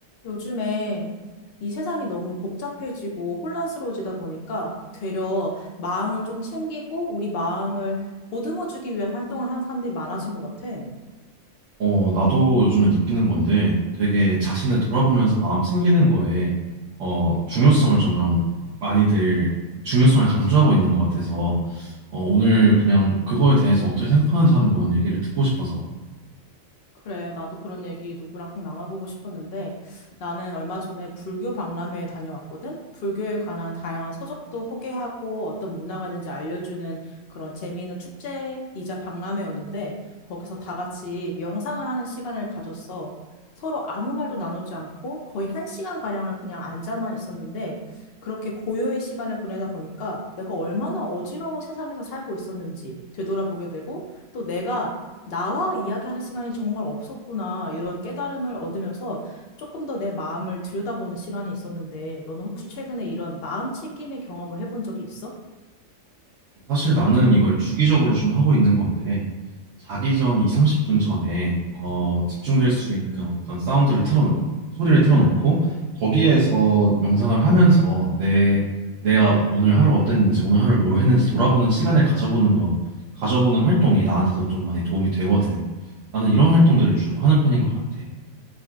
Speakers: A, on the left; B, on the right.
A: 요즘에 이 세상이 너무 복잡해지고 혼란스러워지다 보니까 되려 마음을 좀 챙기고 우리 마음을 보듬어주기 위한 활동을 하는 사람들이 많아진 것 같아.
B: 어, 나도 요즘에 느끼는 건데 되게 자신을 돌아보면서 마음 챙기는 거에 어, 중요성을 점점 많이들 중요성을 강조하고 있는 것 같아서 어, 오늘 그냥 그거에 대해서 어떻게 생각하는지 한번 얘기를 듣고 싶어서
A: 그래, 나도 그런 얘기 누구랑 꼭 나눠보고 싶었는데 나는 얼마 전에 불교 박람회에 다녀왔거든? 불교에 관한 다양한 서적도 소개하고 어떤 문화가 있는지 알려주는 그런 재미있는 축제이자 박람회였는데 거기서 다 같이 명상을 하는 시간을 가졌어. 서로 아무 말도 나누지 않고 거의 한 시간가량을 그냥 앉아만 있었는데 그렇게 고요의 시간을 보내다 보니까 내가 얼마나 어지러운 세상에서 살고 있었는지 되돌아보게 되고 또 내가 나와 이야기하는 시간이 정말 없었구나. 이런 깨달음을 얻으면서 조금 더 내 마음을 들여다보는 시간이 있었는데, 너는 혹시 최근에 이런 마음 챙김의 경험을 해본 적이 있어?
B: 사실 나는 이걸 주기적으로 좀 하고 있는 건데, 자기 전 2, 30분 전에, 어, 집중될 수 있는 어떤 사운드를 틀어, 소리를 틀어놓고, 거기에서 명상을 하면서 내, 내가 오늘 하루 어땠는지, 오늘 하루 뭘 했는지 돌아보는 시간을 가져보는 거, 가져보는 활동이 나한테도 좀 많이 도움이 되거든. 나는 이런 활동들을 주로 하는 편인 것 같아.